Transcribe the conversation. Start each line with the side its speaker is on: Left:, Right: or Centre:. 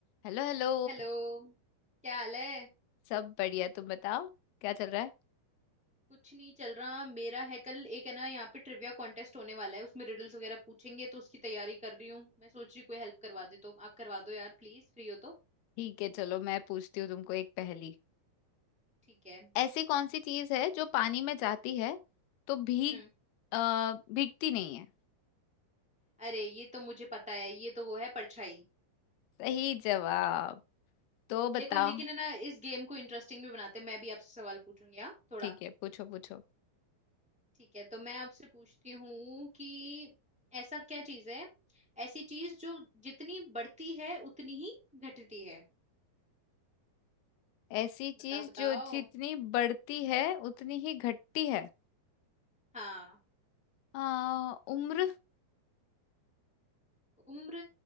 Left: Hello hello
Centre: Hello क्या हाल है
Left: सब बढ़िया तुम बताओ क्या चल रहा है
Centre: कुछ नहीं चल रहा मेरा है कल एक है ना यहाँ पे ट्रिविया कॉन्टेस्ट होने वाला है उसमें रिडल्स वगैरह पूछेंगे तो उसकी तैयारी कर रही हूँ मैं सोच रही कोई हेल्प करवा दे तो आप करवा दो यार प्लीज फ्री हो तो
Left: ठीक है चलो मैं पूछती हूँ तुमको एक पहेली
Centre: ठीक है
Left: ऐसी कौन सी चीज है जो पानी में जाती है तो भीग
Centre: हम्म
Left: अ, भीगती नहीं है
Centre: अरे ये तो मुझे पता है ये तो वो है परछाई
Left: सही जवाब तो बताओ
Centre: लेकिन लेकिन है ना इस गेम को इंटरेस्टिंग भी बनाते हैं मैं भी आपसे सवाल पूछूंगी हाँ थोड़ा
Left: ठीक है पूछो पूछो
Centre: ठीक है तो मैं आपसे पूछती हूँ कि ऐसा क्या चीज है ऐसी चीज जो जितनी बढ़ती है उतनी ही घटती है
Left: ऐसी चीज
Centre: बताओ बताओ
Left: जो जितनी बढ़ती है उतनी ही घटती है
Centre: हाँ
Left: अ, उम्र
Centre: उम्र